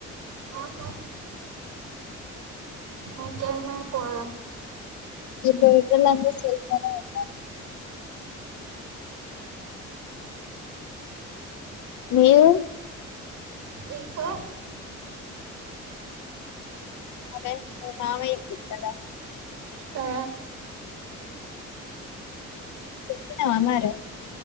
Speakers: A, on the right; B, on the left.
A: నాకా ఇంకేం మరి పోదాం
B: ఈ బేటోలందరు సేఫగానే ఉన్నారు మీరు
A: ఇఫా
B: అరే మీ మామయ్యక్కిచాడా
A: ఆ
B: చెప్పినావా మరే